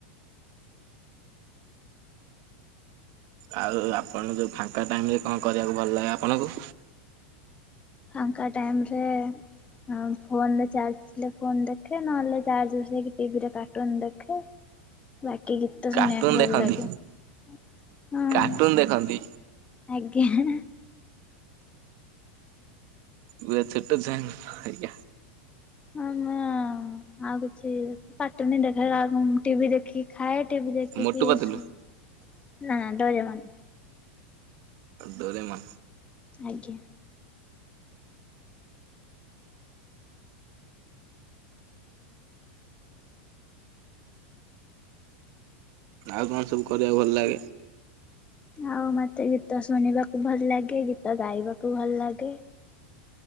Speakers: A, on the right (about 55°); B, on the left (about 20°).
A: ଆଉ ଆପଣ ଯୋଉ ଫାଙ୍କା ଟାଇମ ରେ କଣ କରିବାକୁ ଭଲ ଲାଗେ ଆପଣଙ୍କୁ
B: ଫାଙ୍କା ଟାଇମରେ ଫୋନରେ ଚାର୍ଜ ଥିଲେ ଫୋନ ଦେଖେ ନହେଲେ। ଚାର୍ଜ ବସେଇକି ଟିଭିରେ କାର୍ଟୁନ୍ ଦେଖେ ବାକି କି ଗୀତ ତ
A: କାର୍ଟୁନ
B: ଶୁଣିବାକୁ
A: ଦେଖନ୍ତି।
B: ଭଲ ଲାଗେ ହଁ
A: କାର୍ଟୁନ ଦେଖନ୍ତି।
B: ଆଜ୍ଞା।
A: ପୁରା ଛୋଟୋ ଛୁଆଙ୍କ ପରିକା।
B: ଆମେ ଆଉ ଆଉ କିଛି କାର୍ଟୁନ ଦେଖାଲା ବେଳକୁ ମୁ ଟିଭି ଦେଖି ଖାଏ ଟିଭି ଦେଖି
A: ମୋଟୁ
B: କି
A: ପତଲୁ
B: ଶୁଇ ନା ଡରେମନ୍।
A: ଡୋରେମନ୍।
B: ଆଜ୍ଞା।
A: ଆଉ କଣ ସବୁ କରିବାକୁ ଭଲ ଲାଗେ।
B: ଆଉ ମତେ ଗୀତ ଶୁଣିବାକୁ ଭଲ ଲାଗେ ଗୀତ ଗାଇବାକୁ ଭଲ ଲାଗେ।